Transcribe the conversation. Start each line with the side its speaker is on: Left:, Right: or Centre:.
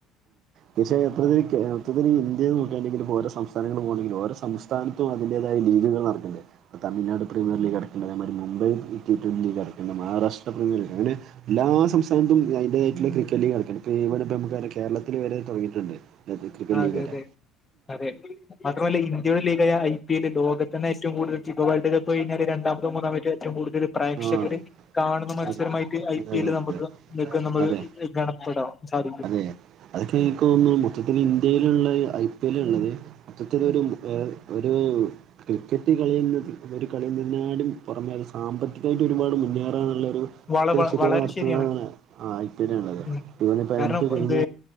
Right: പഷേ മൊത്തത്തില് ഇന്ത്യ നോക്കിയാണെങ്ക ഇപ്പോ ഓരോ സംസ്ഥാനങ്ങളൾ പോകണെങ്കിലും സംസ്ഥാന ഓരോന്നും അതിന്റതായ ലീഗുകൾ നടക്ക്ണ്ട് അപ്പോ തമിഴ്നാട് പ്രീമിയർലീഗ് കെടക്ക്ണ്ട് അതുപോലെ മുംബൈ പ്രീമിയാർ ലീഗ് അങ്ങനെ മഹാരഷ്ട്ര പ്രീമിയർലീഗ് അങ്ങനെ എല്ലാ സംസ്ഥാനത്തും അതിന്റെതായിട്ടുള്ള ക്രിക്കറ്റ് ലീഗ് നടക്കണ്ട് ഇപ്പ കേരളത്തില് വരെ തുടങ്ങിയിട്ടുണ്ട് ക്രിക്കറ്റ്
Left: ആ അതെ
Right: ലീഗ് വരെ
Left: അതെ അതെ മാത്രമല്ല ഇ ഇന്ത്യുടെ ലീഗായ ഐ പി എൽ ലോകത്ത് തന്നേ ഏവും കൂടുതൽ ഇപ്പ വേൾഡ് കപ്പ് കഴിഞ്ഞാ രണ്ടാമത്തിയോ മൂന്നാമത്തിയോ ഏവും കൂടുതൽ പ്രേക്ഷകര്
Right: ആഹ് ആഹ്
Left: കാണുന്ന മത്സരമായിട്ട്
Right: അതെ
Left: ഐ
Right: അതെ
Left: പി
Right: അതെ
Left: എല് നമുക്ക് ഇതൊക്കെ നമ്മൾ
Right: അതെ
Left: ഗണപ്പെടാൻ സാധിക്കും
Right: അതെ അതൊക്കെ എനിക്ക് തോന്നുന്നു മൊത്തത്തില്ൽ ഇന്ത്യയിലള്ളത് ഐ പി എല്ല ഉള്ളത് മൊത്തത്തിലൊരു എ ഒരു ക്രിക്കറ്റ് കളിയുന്നത് ഒരു കളിഎന്നതിനേക്കാളും പുറമെ അത് സാമ്പത്തികമായിട്ട് ഒരുപാട് മുന്നേറാനുള്ളൊരു
Left: വള
Right: ലക്ഷ്യത്തോടെ
Left: വളരെ
Right: നടത്തുന്നതാണ്
Left: ശരിയാണ്
Right: ആ ഐ പി ൽ ള്ളത്
Left: ഉം
Right: അത് ഇപ്പ
Left: കാരണം
Right: നമുക്ക് കഴിഞ്ഞ
Left: എന്ത്